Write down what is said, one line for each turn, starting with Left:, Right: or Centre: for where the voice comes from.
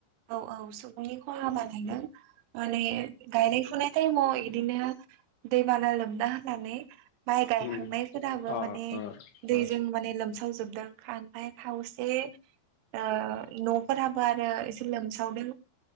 Right: औ औ सुबुंनि खहा बानायदों माने गायनाय फुनाय टाइमाव बिदिनो दै बाना लोमना होनानै माइ गायखांनायफोराबो
Left: उम अ
Right: माने
Left: अ अ
Right: दैजों माने लोमसावजोबदों आमफाय खावसे ओ न'फोराबो आरो एसे लोमसावदों